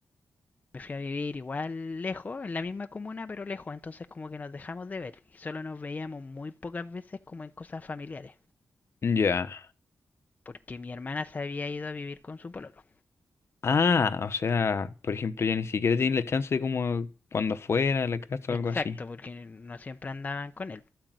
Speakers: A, on the left; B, on the left.
A: Me fui a vivir igual lejos, en la misma comuna, pero lejos. Entonces como que nos dejamos de ver. Y solo nos veíamos muy pocas veces como en cosas familiares.
B: Ya.
A: porque mi hermana se había ido a vivir con su pololo.
B: Ah, o sea, por ejemplo, ya ni siquiera tiene la chance de como cuando fuera a la casa
A: Exacto,
B: o algo así.
A: porque no siempre andaban con él.